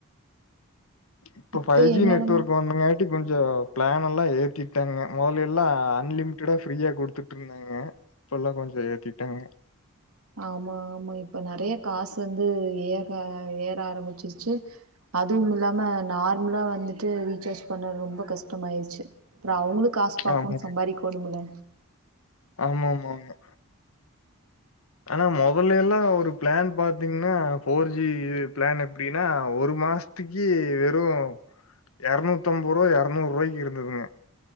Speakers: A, on the left; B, on the right.
A: இப்போ
B: இப்ப
A: ஃபைவ் ஜி
B: என்னென்னமோ
A: நெட்ர்க் வரனுங்க கொஞ்சம் பிளான் எல்லாம் ஏத்திட்டாங்க முதல்ல எல்லாம் அன்லிமிட்டா பிரீயா கொடுத்துட்டு இருந் தாங்க இப்பல்லா கொஞ்சம் ஏத்திட்டாங்க
B: ஆமா ஆமா இப்ப நெறைய காசு வந்து ஏக ஏற ஆரம்பிச்சிருச்சு அதுவும் இல்லாம நார்மலா வந்துட்டு ரீசார்ஜ் பண்ணது ரொம்ப கஷ்டமாயிடுச்சு அப்றோ அவங்களும் காசு பாக்கணும்
A: ஆமாங்க
B: சம்பாதிக்கணும்ல்ல
A: ஆமா ஆமா ஆமா ஆனா முதல்ல எல்லாம் ஒரு ப்ளான் பாத்தீங்கன்னா ஃபோர் ஜி ப்ளான் எப்படின்னா ஒரு மாச த்துக்கு வெறும் இரநூத்தம்பது ரூவா இரநூறு ரூபாய்க்கு இருந்ததுங்க